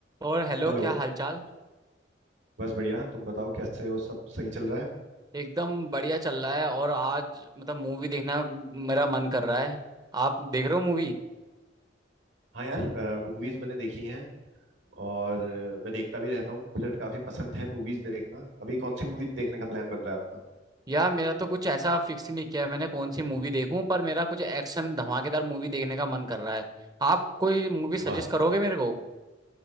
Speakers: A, on the right; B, on the right.
A: और हेलो
B: Hello
A: क्या हालचाल
B: बस बढ़िया तुम बताओ कैसे हो सब सही चल रहा है
A: एकदम बढ़िया चल रहा है और आज मतलब मूवी देखना मेरा मन कर रहा है आप देख रहे हो मूवी
B: हाँ यार मूवीज मैंने देखी हैं और अ, मैं देखता भी रहता हूँ मुझे काफी पसंद है मूवीज देखना अभी कौन सी मूवी देखने का प्लान बन रहा है आपका
A: यार मेरा तो कुछ ऐसा फिक्स ही नहीं किया है मैंने कौन सी मूवी देखूं पर मेरा कुछ एक्शन धमाकेदार मूवी देखने का मन कर रहा है आप कोई मूवी सजेस्ट
B: वाह
A: करोगे मेरे को